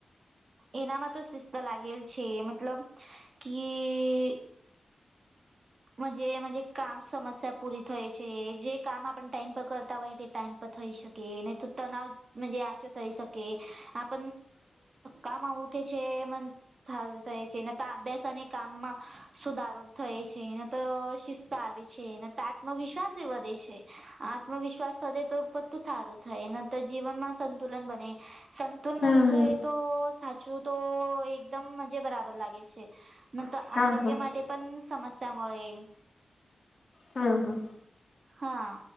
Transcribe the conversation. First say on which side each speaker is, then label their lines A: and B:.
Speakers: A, on the right; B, on the left.
A: એનામાં તો શિસ્ત લાગેલ છે મતલબ કી <inaudible> જ કામ સમસ્યા પૂરી થય છે જે કામ આપ ટાઈમ પર કરતા હોય તે ટાઈમ પર થઈ શકે. નહી તો તણાવ ઓછું થઈ શકે આપ કામમાં ઉઠે છે મ સારું થાય છે ન તો અભ્યાસ અને કામમાં સુધારો થાય છે ન તો શિસ્ત આવે છે ન તો આત્મવિશ્વાસ એ વધે છે. આત્મવિશ્વાસ સધે તો પટું સારું થાય ન તો જીવનમાં સંતુલન બને. સંતુલન
B: હમ
A: રહે
B: હમ
A: તો. સાચું તો એકદમ મજ બરાબર લાગે છે મ આરોગ્ય
B: હા હા
A: માટે. પણ સમસ્યા મળે.
B: હા હા..
A: હા.